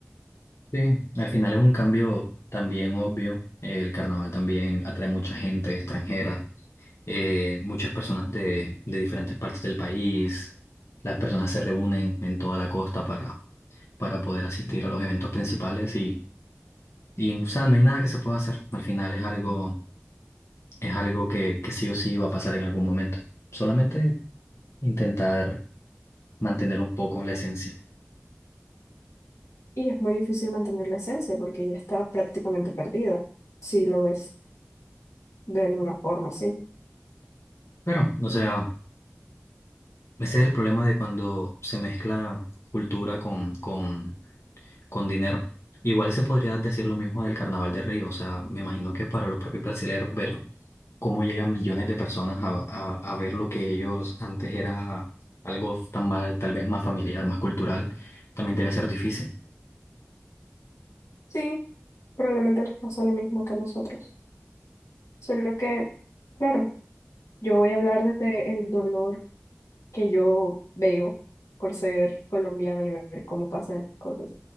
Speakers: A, on the left (about 65°); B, on the left (about 85°).
A: Sí, al final es un cambio también obvio. El carnaval también atrae mucha gente extranjera, eh, muchas personas de, de diferentes partes del país. Las personas se reúnen en toda la costa para, para poder asistir a los eventos principales y, y o sea, no hay nada que se pueda hacer. Al final es algo es algo que, que sí o sí va a pasar en algún momento. Solamente intentar mantener un poco la esencia.
B: Y es muy difícil mantener la esencia porque ella está prácticamente perdida, si lo ves de alguna forma, sí.
A: Pero, o sea, ese es el problema de cuando se mezcla cultura con, con, con dinero. Igual se podría decir lo mismo del Carnaval de Río. O sea, me imagino que para los propios brasileros ver cómo llegan millones de personas a, a, a ver lo que ellos antes era algo tan mal, tal vez más familiar, más cultural, también debe ser difícil.
B: Sí, probablemente les pasa lo mismo que a nosotros. Solo que, claro, yo voy a hablar desde el dolor que yo veo por ser colombiana y ver cómo pasan estas cosas.